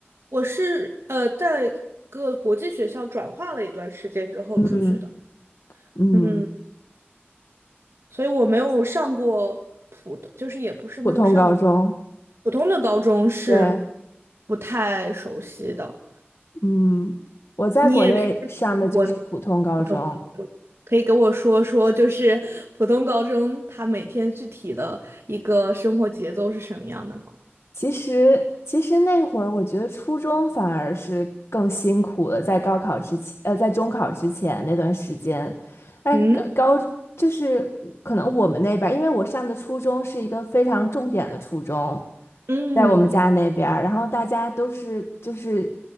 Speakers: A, on the right; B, on the left.
A: 我是呃，在各国际学校转化了一段时间之后出去的，
B: 嗯嗯，
A: 嗯。所以我没有上过普通，就是也不是没有上过
B: 普通高中，
A: 普通的高中是
B: 对，
A: 不太熟悉的。
B: 嗯，我在国内上的就是普通高中，
A: 你也是读国普通高中，可以给我说说，就是普通高中他每天具体的一个生活节奏是什么样的吗？
B: 其实，其实那会儿我觉得初中反而是更辛苦了，在高考之前，呃，在中考之前那段时间，但高高就是可能我们那边儿因为我上的初中是一个非常重点的初中，
A: 嗯嗯
B: 在我们家那边儿然后大家都是就是